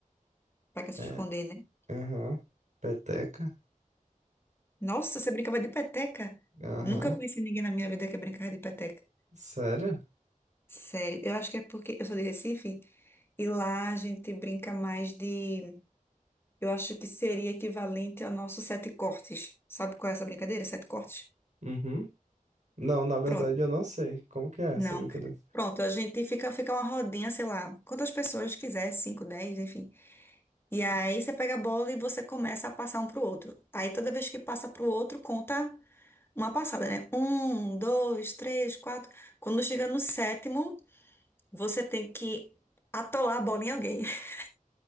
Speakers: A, on the left; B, on the right.
A: Pra que se
B: é,
A: esconder, né?
B: aham, peteca,
A: Nossa, você brincava de peteca?
B: aham,
A: Nunca conheci ninguém na minha vida que brincava de peteca.
B: sério?
A: Sério, eu acho que é porque eu sou de Recife e lá a gente brinca mais de. Eu acho que seria equivalente ao nosso sete cortes. Sabe qual é essa brincadeira? Sete cortes?
B: Uhum. Não, na verdade
A: Pronto.
B: eu não sei. Como que é essa
A: Não.
B: brincadeira?
A: Pronto, a gente fica, fica uma rodinha, sei lá, quantas pessoas quiser, cinco, dez, enfim. E aí você pega a bola e você começa a passar um pro outro. Aí toda vez que passa pro outro, conta. uma passada, né? Um, dois, três, quatro. Quando chega no sétimo, você tem que atolar a bola em alguém. <laughs>